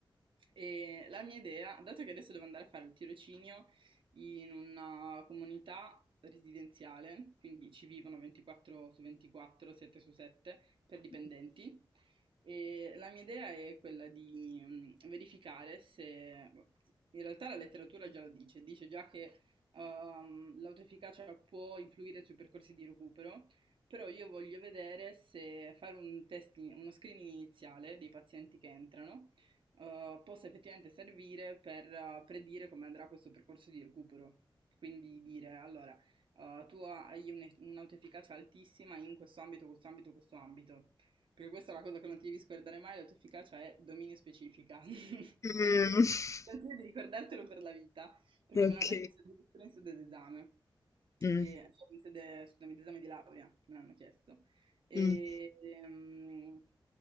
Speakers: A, on the right; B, on the left.
A: E la mia idea, dato che adesso devo andare a fare il tirocinio in una comunità residenziale, quindi ci vivono 24 su 24, 7 su 7 per dipendenti,
B: Mm.
A: e la mia idea è quella di mm, verificare se, in realtà la letteratura già lo dice, dice già che ehm, l'autoefficacia può influire sui percorsi di recupero, però io voglio vedere se fare un test, in- uno screening iniziale dei pazienti che entrano eh, possa effettivamente servire per eh, predire come andrà questo percorso di recupero. Quindi dire, allora, eh, tu hai un- un'autoefficacia altissima in questo ambito, questo ambito, questo ambito. Perché questa è la cosa che non ti devi scordare mai, l'autoefficacia è dominio specifica. <laughs>
B: <laughs>
A: Questo è- Ti consiglio di ricordartelo per la vita, perché
B: Ok.
A: me l'hanno chiesto addirittura in sede d'esame.
B: Mm,
A: E, cioè, in sede, scusami, d'esame di laurea me l'hanno chiesto. E,
B: mm.
A: ehm,